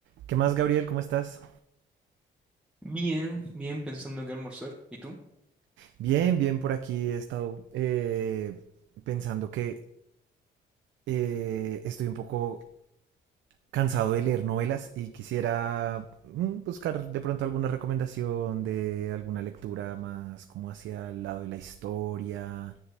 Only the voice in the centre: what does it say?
Bien, bien, pensando que almorzar. ¿Y tú?